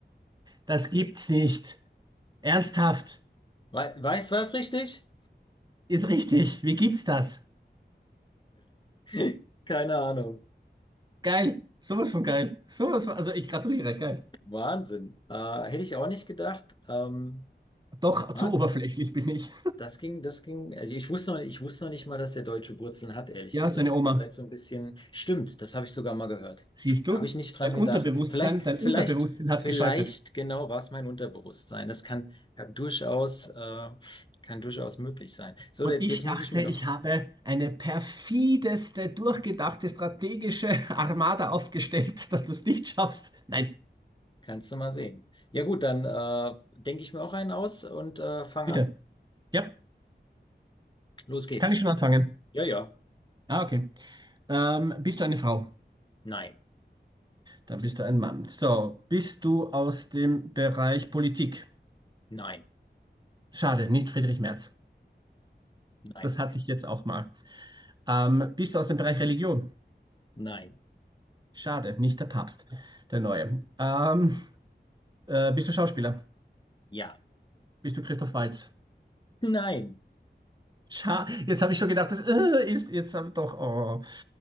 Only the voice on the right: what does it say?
das gibt's nicht. Ernsthaft.
Ist richtig. Wie gibt's das?
Geil. Sowas von geil. Sowas von, also ich gratuliere. Geil.
Doch,
zu oberflächlich bin ich.
Ja,
seine Oma.
Siehst
du?
Dein
Unterbewusstsein,
dein
Unterbewusstsein hat
geschaltet.
Und
ich
dachte,
ich habe eine perfideste, durchgedachte, strategische <laughs> Armada aufgestellt, dass du es nicht schaffst. Nein,
bitte.
Ja,
kann ich schon anfangen.
Ah, okay. Ähm, bist du eine Frau?
Dann bist du ein Mann. So, bist du aus dem Bereich Politik?
Schade, nicht Friedrich Merz.
Das hatte ich jetzt auch mal. Ähm, bist du aus dem Bereich Religion?
Schade, nicht der Papst, der Neue. Ähm, äh, bist du Schauspieler?
Bist du Christoph Waltz?
Scha jetzt habe ich schon gedacht, das äh, ist jetzt aber doch. Oh.